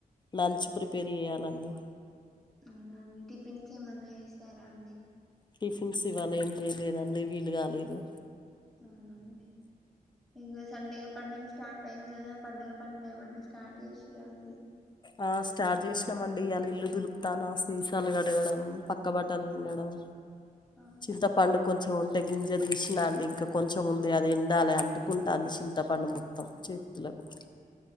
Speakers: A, on the left; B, in the centre.
A: లంచ్ ప్రిపేర్ చేయ్యాలండి
B: అవునండి టిఫిన్స్ ఏమన్నా చేస్తారా అండి
A: టిఫిన్స్ ఇవ్వాలేం చేయలేదండీ వీలు కాలేదు
B: అవునా అండి ఇంగ సండే పండగ స్టార్ట్ అయింది కదా పండుగ పనులు ఏమన్నా స్టార్ట్ చేసింరా అండి
A: ఆ స్టార్ చేసినమండి ఇయల ఇల్లు దులుపుతానా సీసాలు కడగడం పక్ పక్క బట్టలు విండడం
B: ఆ
A: చింతపండు కొంచెం ఉం పంట గింజ తీసినాండి ఇంక కొంచెం ఉంది అది ఎండాలి అంటుకుంటంది చింతపండు మొత్తం చేతులకు